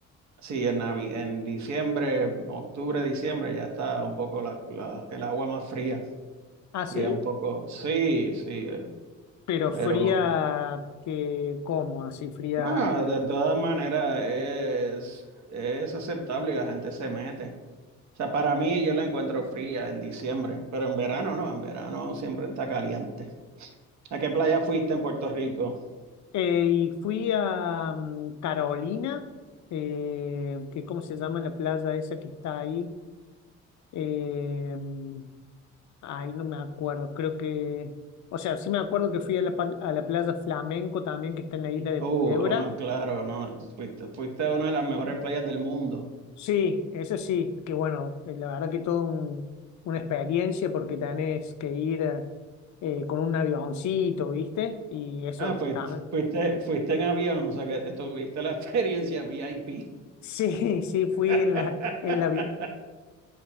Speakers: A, on the right; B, on the left.
A: sí, en, Navi- en diciembre, octubre, diciembre ya está un poco la, la- el agua más fría.
B: ah, sí,
A: Y es un poco, sí, sí, eh,
B: pero
A: pero
B: fría, que, ¿cómo? Así fría.
A: nada, de todas maneras es, es aceptable y la gente se mete. O sea, para mí yo la encuentro fría en diciembre, pero en verano no, en verano siempre está caliente. ¿A qué playa fuiste en Puerto Rico?
B: Eh, y fui a mm, Carolina, eh, que ¿cómo se llama la playa esa que está ahí? Eh, mm, Ay, no me acuerdo, creo que, o sea, sí me acuerdo que fui a la, pa- a la playa Flamenco también, que está en la isla de
A: Uh,
B: Culebra.
A: oh, no, claro, no, fuiste, fuiste a una de las mejores playas del mundo.
B: Sí, eso sí, que bueno, eh, la verdad que todo un- una experiencia porque tenés que ir eh, eh, con un avioncito, ¿viste? Y eso
A: Ah, fuiste,
B: también.
A: fuiste, fuiste en avión, o sea que tuviste la experiencia VIP.
B: Sí, <laughs> sí, fui
A: <laughs>
B: en la, en la, vi-